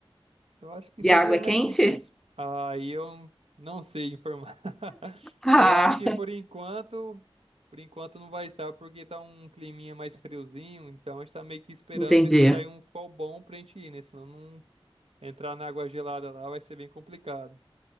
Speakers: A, on the right; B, in the centre.
A: Eu acho que
B: e
A: seria
B: a água é
A: me-
B: quente.
A: meio que isso. Aí eu não sei informar.
B: Ah,
A: Eu acho que por enquanto, por enquanto não vai estar, porque tá um climinha mais friozinho, então a gente tá meio que esperando
B: Entendi.
A: ver se sai um sol bom pra gente ir, né? Senão não entrar na água gelada lá vai ser bem complicado.